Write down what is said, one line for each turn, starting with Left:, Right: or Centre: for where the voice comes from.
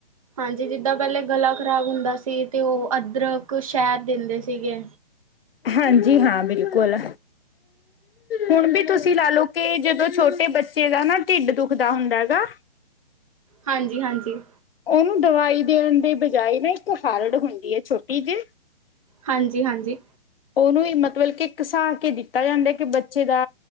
Right: ਹਾਂਜੀ ਜਿੱਦਾਂ ਪੈਲੇ ਗਲਾ ਖ਼ਰਾਬ ਹੁੰਦਾ ਸੀ ਤੇ ਓ ਅਦਰਕ, ਸ਼ੈਦ ਦਿੰਦੇ ਸੀਗੇ।
Left: ਹਾਂਜੀ-ਹਾਂ ਬਿਲਕੁਲ। ਹੁਣ ਵੀ ਤੁਸੀਂ ਲਾ ਲਓ ਕੇ ਜਦੋਂ ਛੋਟੇ ਬੱਚੇ ਦਾ ਨਾ ਢਿੱਡ ਦੁੱਖਦਾ ਹੁੰਦਾ ਹੈਗਾ
Right: ਹਾਂਜੀ- ਹਾਂਜੀ।
Left: ਓਨੂੰ ਦਵਾਈ ਦੇਣ ਦੇ ਬਜਾਏ ਨਾ ਇੱਕ ਹਰੜ ਹੁੰਦੀ ਏ ਛੋਟੀ ਜੀ।
Right: ਹਾਂਜੀ- ਹਾਂਜੀ।
Left: ਓਨੂੰ ਹੀ ਮਤਬਲ ਕਿ ਘਿਸਾ ਕੇ ਦਿੱਤਾ ਜਾਂਦਾ ਕਿ ਬੱਚੇ ਦਾ